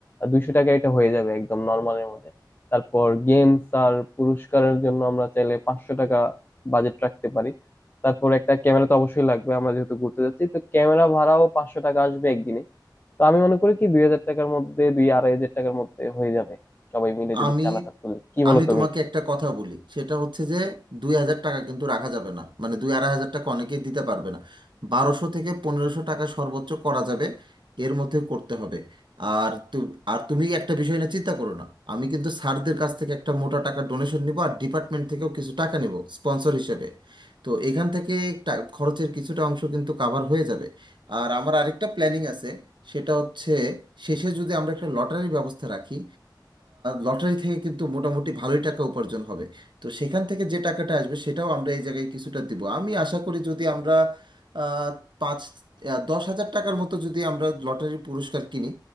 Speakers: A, on the left; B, on the right.
A: দুইশো টাকা এটা হয়ে যাবে একদম নর্মালের মধ্যে তারপর গেমস আর পুরস্কারের জন্য আমরা চাইলে পাঁচশো টাকা বাজেট রাখতে পারি তারপর একটা ক্যামেরা তো অবশ্যই লাগবে আমরা যেহেতু ঘুরতে যাচ্ছি তো ক্যামেরা ভাড়াও পাঁচশো টাকা আসবে একদিনে তো আমি মনে করি কি দুই হাজার টাকার মধ্যে দুই আড়াই হাজার টাকার মধ্যে হয়ে যাবে সবাই মিলে যদি
B: আমি
A: চাঁদাটা তুলি কি বলো
B: আমি
A: তুমি
B: তোমাকে একটা কথা বলি সেটা হচ্ছে যে দুই হাজার টাকা কিন্তু রাখা যাবে না মানে দুই আড়াই হাজার টাকা অনেকেই দিতে পারবে না বারোশো থেকে পনেরোশো টাকা সর্বোচ্চ করা যাবে এর মধ্যে করতে হবে আর তু আর তুমি একটা বিষয় না চিন্তা করো না আমি কিন্তু স্যারদের কাছ থেকে একটা মোটা টাকা ডোনেশন নিব আর ডিপার্টমেন্ট থেকেও কিছু টাকা নিব স্পন্সর হিসেবে তো এখান থেকে টা- খরচের কিছুটা অংশ কিন্তু কাভার হয়ে যাবে আর আমার আরেকটা প্ল্যানিং আছে সেটা হচ্ছে শেষে যদি আমরা একটা লটারির ব্যবস্থা রাখি লটারি থেকে কিন্তু মোটামুটি ভালোই টাকা উপার্জন হবে তো সেখান থেকে যে টাকাটা আসবে সেটাও আমরা এই জায়গায় কিছুটা দিব আমি আশা করি যদি আমরা আহ, পাঁচ আহ, দশ হাজার টাকার মতো যদি আমরা লটারির পুরস্কার কিনি